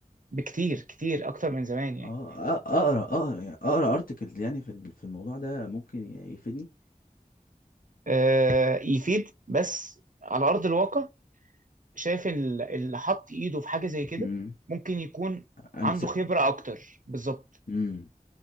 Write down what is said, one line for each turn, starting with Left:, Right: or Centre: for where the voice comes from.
Right: بكتير كتير اكتر من زمان يعني
Left: اه أ- اقرا اقرا يعني اقرا ارتكلز يعني في ال- في الموضوع ده ممكن ي- يفيدني
Right: آه، يفيد بس على ارض الواقع شايف ال- اللي حط ايده في حاجه زي كده
Left: امم
Right: ممكن يكون
Left: انسب
Right: عنده خبره اكتر بالظبط
Left: امم